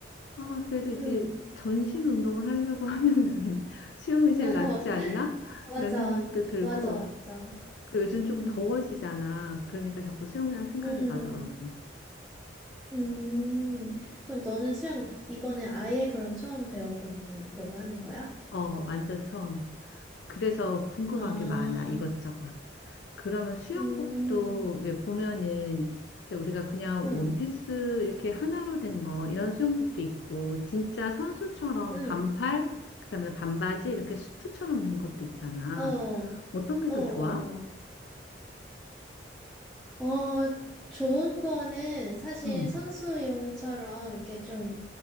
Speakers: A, on the left; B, in the centre.
A: 아 그래도 이제
B: 음.
A: 전신 운동을 하려고 <laughs> 하면은 수영이 제일
B: <laughs>
A: 낫지 않나?
B: 맞아,
A: 이런 생각도 들고
B: 맞아, 맞아.
A: 그리고 요즘 좀
B: 응,
A: 더워지잖아. 그러니까 자꾸 수영장 생각이
B: 응.
A: 나더라고.
B: 음, 그럼 너는 수영 이번에 아예 그럼 처음 배워보려고 하는 거야?
A: 어, 완전 처음. 그래서 궁금한
B: 아,
A: 게 많아, 이것저것. 그러면 수영복도
B: 음,
A: 왜 보면은 이제 우리가 그냥
B: 음,
A: 원피스 이렇게 하나로 된 거, 이런 수영복도 있고, 진짜 선수처럼
B: 음,
A: 반팔, 그다음에 반바지 이렇게 수트처럼 된 것도 있잖아.
B: 어, 어,
A: 어떤 게 더
B: 어, 어.
A: 좋아?
B: 어, 좋은 거는 사실
A: 응,
B: 선수용처럼 이렇게 좀